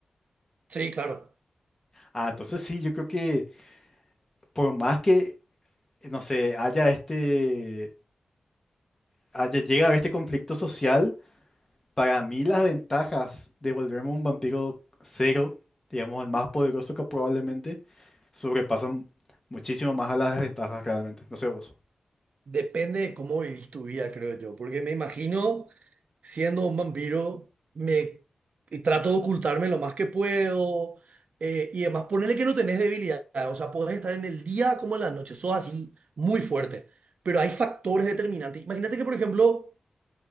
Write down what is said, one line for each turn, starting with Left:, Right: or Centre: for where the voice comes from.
Right: Sí, claro.
Left: Ah, entonces sí, yo creo que por más que, no sé, haya este, haya, llegue a haber este conflicto social, para mí las ventajas de volverme un vampiro cero, digamos, el más poderoso que probablemente, sobrepasan muchísimo más a las desventajas, claramente. No sé vos.
Right: Depende de cómo vivís tu vida, creo yo, porque me imagino siendo un vampiro, me y trato de ocultarme lo más que puedo eh, y además ponerle que no tenés debilidad, o sea, podés estar en el día como en la noche, sos así, muy fuerte, pero hay factores determinantes. Imagínate que, por ejemplo,